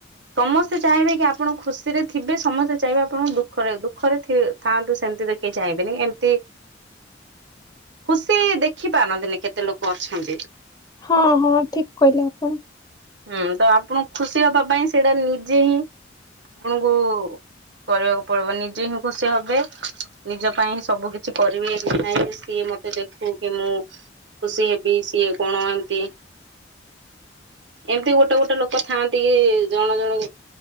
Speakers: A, on the right; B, on the left.
A: ସମସ୍ତେ ଚାହିଁବେ କି ଆପଣ ଖୁସିରେ ଥିବେ ସମସ୍ତେ ଚାହିଁବେ ଆପଣଙ୍କ ଦୁଃଖ ଦୁଖ ଦୁଖରେ ଥାଆନ୍ତୁ ସେମିତି ତ କେହି ଯାଇବେନି ଏମିତି ଖୁସି ଦେଖି ପାରନ୍ତିନି କେତେ ଲୋକ ଅଛନ୍ତି।
B: ହଁ ହଁ ଠିକ କହିଲେ ଆପଣ।
A: ହୁଁ ତ ଆପଣ ଖୁସି ହବା ପାଇଁ ସେଇଟା ନିଜେ ହିଁ ଆପଣଙ୍କୁ କରିବାକୁ ପଡିବ ନିଜେ ହିଁ ଖୁସି ହବେ ନିଜ ପାଇଁ ହିଁ ସବୁ କିଛି କରିବେ କିନାଇଁ ସିଏ ମ ସିଏ ଦେଖୁ କି ମୁଁ ଖୁସି ହେବି ସିଏ କଣ ଏମତି ଏମତି ଗୋଟେ ଗୋଟେ ଲୋକ ଥାଆନ୍ତି କି ଜଣେ ଜଣ